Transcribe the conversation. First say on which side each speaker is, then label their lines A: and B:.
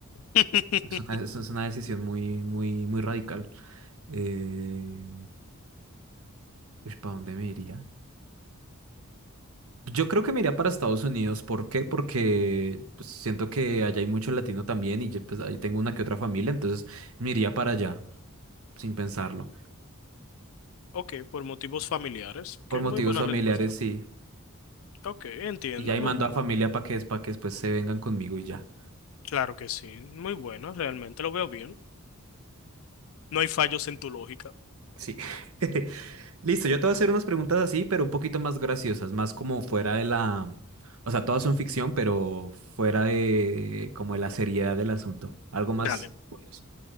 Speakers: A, on the left; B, on the right.
A: <laughs>
B: Es una, es es una decisión muy, muy, muy radical. Eh, ¿para dónde me iría? Yo creo que me iría para Estados Unidos. ¿Por qué? Porque pues, siento que allá hay mucho latino también y yo, pues, ahí tengo una que otra familia, entonces me iría para allá, sin pensarlo.
A: Ok, por motivos familiares. Ok,
B: Por motivos
A: muy buena
B: familiares,
A: respuesta.
B: sí.
A: Ok, entiendo,
B: Y ya ahí
A: muy
B: mando
A: bueno.
B: a familia para que, para que después se vengan conmigo y ya.
A: Claro que sí, muy bueno, realmente lo veo bien. No hay fallos en tu lógica.
B: Sí. <laughs> Listo, yo te voy a hacer unas preguntas así, pero un poquito más graciosas, más como fuera de la... O sea, todas son ficción, pero fuera de como de la seriedad del asunto. Algo más
A: Dale.
B: curioso.